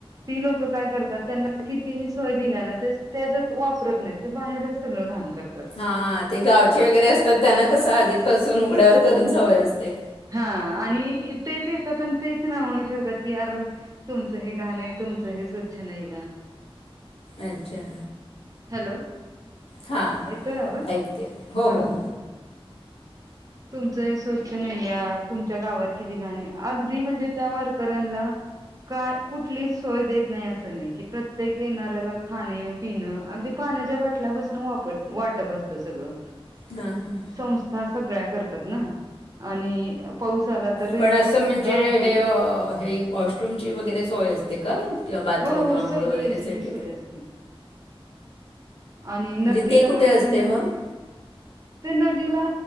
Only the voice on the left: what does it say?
हा ते गावचे वगैरे असतात त्यांना कसं आधीपासून उघड्यावर करून सवय असते
अच्छा.
हा
ऐकते हो
हो.
हा हा.
पण असं
म्हणजे
हे हे वॉशरूमची वगैरे सोय असतें का? किंवा बाथरूम,
अंघोळ
वगैरेसाठी?
म्हणजे ते कुठे
असते
मग?